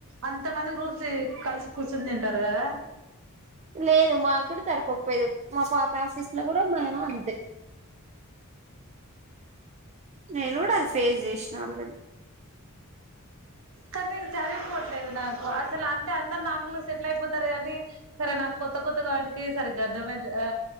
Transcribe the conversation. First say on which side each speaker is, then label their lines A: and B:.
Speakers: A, on the right (about 65°); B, on the right (about 30°).
A: అంతమంది గ్రూప్సి కలిసి కూసిన్ దీంటారు గదా
B: లేదు మా గూడా తరిపపోయేది మా పాత ఆఫీస్ లో కూడా మామో అంతే నేను కూడా అది ఫేస్ జేషినా ఆల్రెడీ
A: కానీ సరిపోవట్లేదు నాకు అసలు అంటే అందరు నార్మూలగా సెటిల్ అయిపోతారు కాని సరే నాకు కొత్త కొత్తగాడికి సరే గర్ద్దమద ఆ